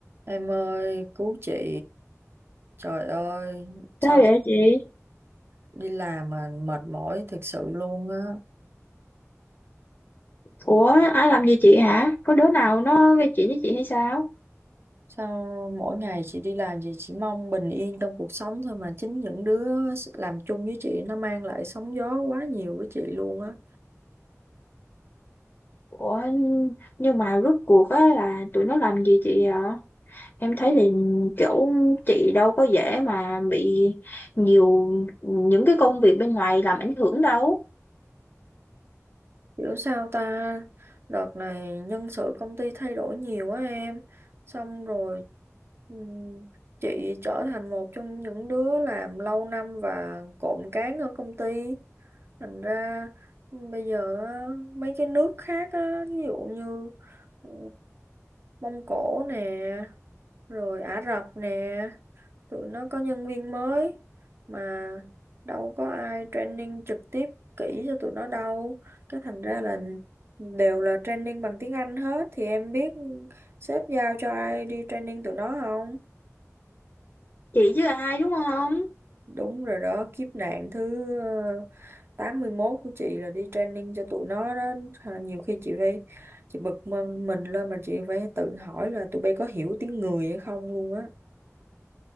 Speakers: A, on the right; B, on the left.
A: Em ơi, cứu chị. Trời ơi, sao
B: Sao vậy chị?
A: đi làm mà mệt mỏi thực sự luôn á.
B: Ủa, ai làm gì chị hả? Có đứa nào nó gây chuyện với chị hay sao?
A: Sao mỗi ngày chị đi làm chị chỉ mong bình yên trong cuộc sống thôi mà chính những đứa làm chung với chị nó mang lại sóng gió quá nhiều với chị luôn á.
B: Ủa, nhưng mà rốt cuộc á là tụi nó làm gì chị ạ? Em thấy thì kiểu chị đâu có dễ mà bị nhiều những cái công việc bên ngoài làm ảnh hưởng đâu.
A: Hiểu sao ta? Đợt này nhân sự công ty thay đổi nhiều á em. Xong rồi ừm, chị trở thành một trong những đứa làm lâu năm và cộm cán ở công ty. thành ra ừ, bây giờ á, mấy cái nước khác á, ví dụ như ờ, Mông Cổ nè rồi Ả Rập nè tụi nó có nhân viên mới mà đâu có ai training trực tiếp kỹ cho tụi nó đâu cái thành ra là đều là training bằng tiếng Anh hết thì em biết sếp giao cho ai đi training tụi nó không
B: Chị chứ ai đúng không?
A: Đúng rồi đó, kiếp nạn thứ ờ, 81 của chị là đi training cho tụi nó đó. Hà- Nhiều khi chị phải, chị bực m- mình lên mà chị phải tự hỏi là tụi bay có hiểu tiếng người hay không luôn á.